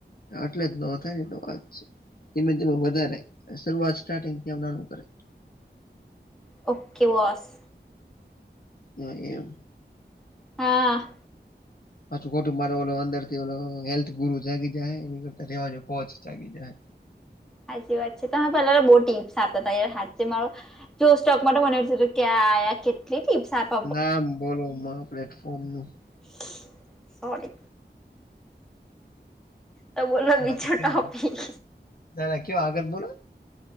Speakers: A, on the left; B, in the centre.
A: આટલે જ ન થાય ને તો વાત છે ધીમે ધીમે વધારે શરૂઆત સ્ટાર્ટિંગ નાનું કરે.
B: Okay boss.
A: હ એમ.
B: હા.
A: પાછું કુટુંબર ઓ અંદર થી ઓ હેલ્થ ગુરુ જાગી જાય એ કરતા રેવાજો કોચ જાગી જાય.
B: સાચી વાત છે તમે પહેલા બહુ ટીપ્સ આપતા હતા યાર હા છે મારો જો સ્ટોક માટે મશે ક્યા કે ટીપ્સ આપ
A: ના બોલો પ્લેટફોર્મ નું
B: સ <unintelligible> તો બોલો બી
A: હા તો
B: છો
A: કયો
B: ટોપિક
A: ના ના કવ આગત બોલો